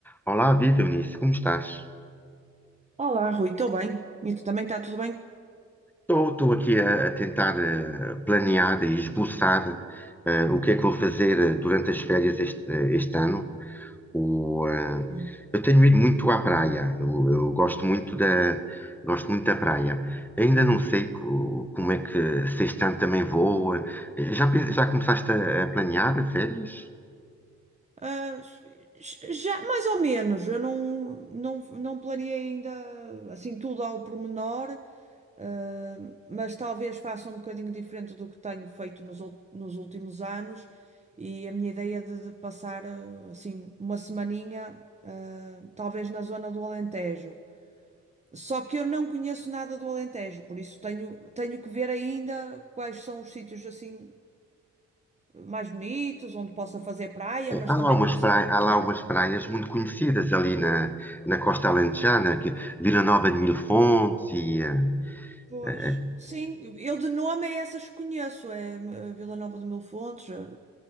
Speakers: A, in the centre; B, on the right.
A: Olá, viva Eunice, como estás?
B: Olá, Rui, estou bem. E tu também está tudo bem?
A: Estou, aqui a, a tentar eh, planear e esboçar eh, o que é que vou fazer eh, durante as férias este, eh, este ano. O, eh,
B: Sim.
A: eu tenho ido muito à praia, eu, eu gosto muito da, gosto muito da praia. Ainda não sei co- como é que se este ano também vou. eh, Já, pe- já começaste a, a planear férias?
B: Ah, j- já, mais ou menos, eu não, não, não planeei ainda assim tudo ao pormenor, ah, mas talvez faça um bocadinho diferente do que tenho feito nos, ul- nos últimos anos e a minha ideia de, de passar ah, assim uma semaninha, ah, talvez na zona do Alentejo. Só que eu não conheço nada do Alentejo, por isso tenho, tenho que ver ainda quais são os sítios assim mais bonitos, onde possa fazer praia,
A: É,
B: mas
A: Há
B: também
A: lá umas
B: conhecer
A: praias,
B: um bocadinho.
A: há lá umas praias muito conhecidas ali na, na Costa Alentejana, que, Vila Nova de Mil Fontes e, eh,
B: Pois,
A: eh,
B: sim, eu de nome é essas que conheço, é eh, Vila Nova de Mil Fontes, já,